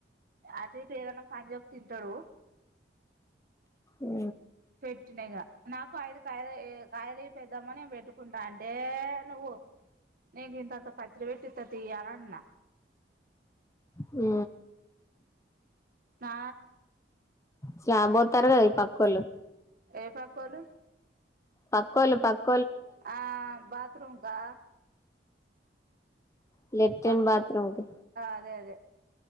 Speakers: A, on the right; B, on the left.
A: అటు ఎటు ఏమన్నా పని చెప్తే వింటాడు
B: ఉ
A: పెట్టిన ఇగ నాకు ఏయిదు కాయలు కాయాలిపేదమ్మా నే పెట్టుకుంటా అంటే నువ్వు నీకు ఇంతంత పచ్చడపెట్టిఇతతి అని అన్న
B: హు
A: దా
B: స్లాబ్ పోదతర్రు కదా ఈ పక్కోలు
A: ఏ పక్కోల్లు
B: పక్కొల్లు పక్
A: ఆ బాత్రూమ్ కా
B: అ లెట్రిన్
A: బా
B: బాత్రూం కి
A: అదే అదే